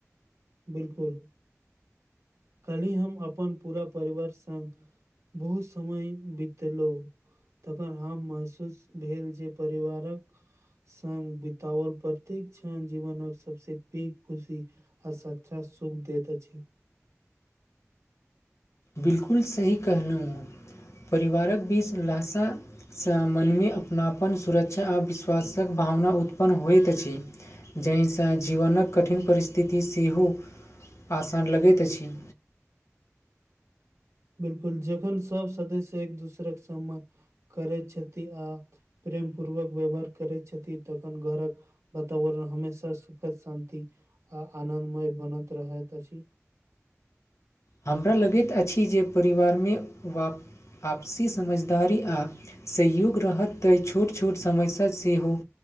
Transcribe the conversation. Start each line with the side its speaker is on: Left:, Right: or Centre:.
Right: बिल्कुल कल्हि हम अपन पूरा परिवार संग बहुत समय बितेलौं तखन हम महसूस भेल जे परिवारक संग बितओल प्रतेक्षण जीवनक सबस पैघ खुशी आ सच्छा सुख दैत अछि।
Left: बिलकुल सही कहलहुँँ परिवारक बीच लशा सामनमे अपनापन सुरक्षा आ विश्वासक भावना उत्पन्न होइत अछि। जाहिसँ जीवनक कठिन परिस्थिति सेहो आसान लगैत अछि।
Right: बिल्कुल जखन सभ सदस्य एक दोसरक सम्मान करैत छथि आ प्रेम पूर्वक व्यवहार करैत छथि तखन घरक वातावरण हमेशा सुखद शान्ति आ आनन्दमय बनत रहैत अछि।
Left: हमरा लगैत अछि जे परिवारमे व आपसी समझदारी आ सयोग रहत तऽ छोट छोट समस्या सेहो